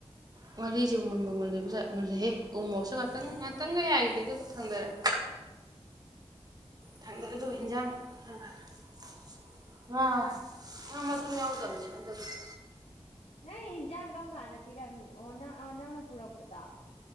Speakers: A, on the right; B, on the left.
A: ꯉꯔꯤꯁꯦ ꯃꯨꯟꯕ ꯃꯨꯜꯕꯨꯃꯨꯜꯂꯤꯕꯖꯥ ꯃꯨꯜꯂꯦꯍꯦ ꯎꯃꯣꯁꯨ ꯉꯥꯛꯇꯪ ꯉꯥꯛꯇꯪꯒ ꯌꯥꯏꯈꯤꯗꯦ ꯑꯗꯨ ꯊꯪꯗꯔꯒꯦ ꯊꯥꯡꯗꯔꯗꯣ
B: ꯌꯥꯔꯨꯅꯨ
A: ꯍꯤꯟꯖꯥꯡ ꯉꯥ ꯉꯥ ꯃꯇꯨꯝ ꯌꯥꯎꯗꯕꯅꯦ ꯍꯟꯗꯛꯇꯤ꯫
B: ꯅꯪ ꯍꯤꯟꯖꯥꯡ ꯀꯔꯝ ꯀꯥꯟꯗ ꯄꯤꯔꯝꯃꯤꯅꯣ ꯑꯣ ꯅꯪ ꯅꯪꯅ ꯄꯨꯔꯛꯄꯗꯣ꯫